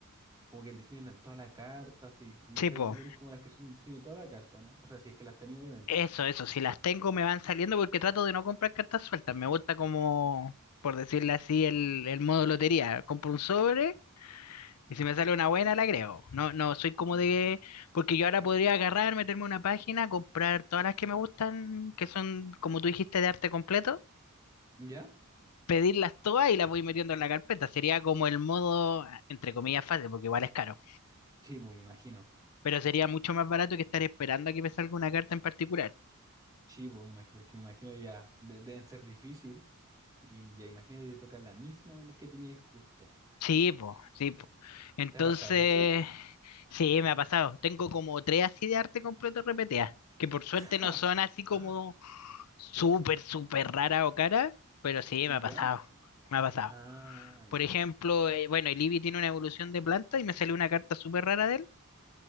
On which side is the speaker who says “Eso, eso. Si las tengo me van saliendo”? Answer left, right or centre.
Left